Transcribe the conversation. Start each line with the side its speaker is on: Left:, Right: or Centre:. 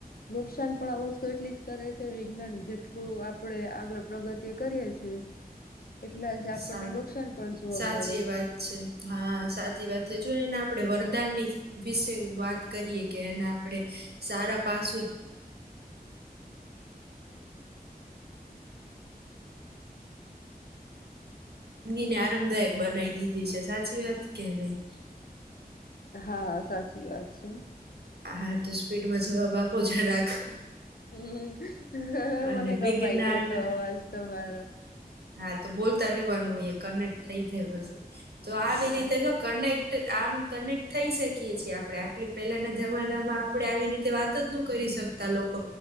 Left: નુકસાન પણ આ વસ્તુ એટલી જ કરે છે વિજ્ઞાન જેટલું આપણેે આગળ પ્રગતિ કરીએ છીએ એટલાં જ આપણને
Right: સા
Left: નુકસાન પણ જોવા
Right: સાચી
Left: મળે
Right: વાત છે હા સાચી વાત છે જો એને આપણેે વરદાનની વિશે વાત કરીએ કે એને આપડે સારા પાસું જિંદગીને આરામદાયક બનાવી દીધી છે. સાચી વાત કે નહી?
Left: હા સાચી વાત છે.
Right: હા તો સ્પીડમાં જવાબ આપો જરાક
Left: હમ્મ
Right: અને
Left: મને કપાઈ
Right: વિજ્ઞાન
Left: ગ્યોતો અવાજ તમારો
Right: હા તો બોલતા રહેવાનું હોઈ અહી કનેક્ટ થઇ જાય પછી. તો આવી
Left: હા
Right: રીતે
Left: તો
Right: જો કનેક્ટ આમ કનેક્ટ થઈ શકીએ છીએ આપણે. આટલી પેલાનાં જમાનામાં આપણે આવી રીતે વાત જ નો કરી શકતાં લોકો.